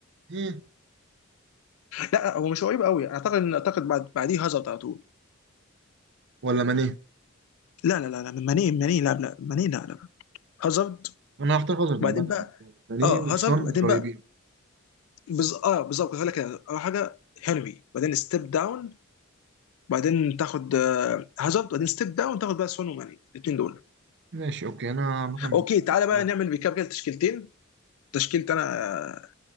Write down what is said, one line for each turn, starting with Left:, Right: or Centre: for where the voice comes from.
Right: ايه
Left: لا هو مش قريب قوي انا اعتقد ان اعتقد بعد بعديه هازارد على طول
Right: ولا ماني
Left: لا لا لا لا ماني ماني لا لا ماني لا لا هازارد
Right: انا هختار هازارد
Left: وبعدين
Right: عامه
Left: بقى
Right: ماني
Left: اه
Right: وسون
Left: هازارد وبعدين
Right: قريبين
Left: بقى بز... اه بالظبط كنت هقول لك كده. اول حاجه هنري بعدين ستيب داون بعدين تاخد آه، هازارد بعدين ستيب داون تاخد بقى سون وماني الاثنين دول
Right: ماشي اوكي انا مثلا
Left: اوكي تعالى بقى
Right: معاك.
Left: نعمل ريكاب كده تشكيلتين تشكيلة انا آه،